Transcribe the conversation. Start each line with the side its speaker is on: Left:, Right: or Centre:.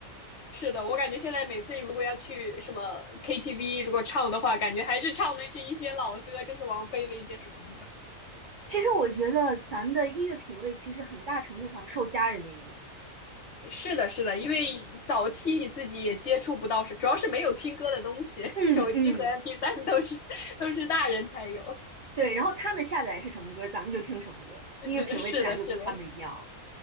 Left: 是的，我感觉现在每次如果要去什么 KTV，如果唱的话，感觉还是唱的是一些老歌，就是王菲的一些什么歌。
Right: 其实我觉得咱们的音乐品味其实很大程度上受家人的影响。
Left: 是的，是的，因为早期你自己也接触不到，主要是没有听歌的东西，<laughs>
Right: 嗯嗯，
Left: 手机和 MP3 都是都是大人才有。
Right: 对，然后他们下载是什么歌，咱们就听什么歌，
Left: <laughs>
Right: 音乐品味自然就跟他们一样了。
Left: 是的，是的，